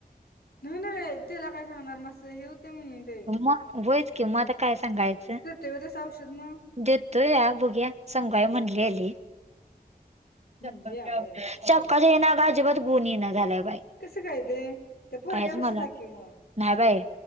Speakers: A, on the left; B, on the right.
A: न्हाई नाय तेला काय सांगणार? म अस्सं हे हूतय म्हणून. ते
B: मग वयच कि मग आता काय सांगायचं?
A: तेवदस औषध म
B: देतोया बुघूया संगाइ म्हणल्याली.
A: म्हणली
B: चाबक्काच्या
A: या व्हय
B: येनं आगं आजिबत गुण येना झालाय बाई.
A: कस काय ते? त्या पोरग्यापशी
B: कायच मला
A: जाकी मग.
B: नाही बाई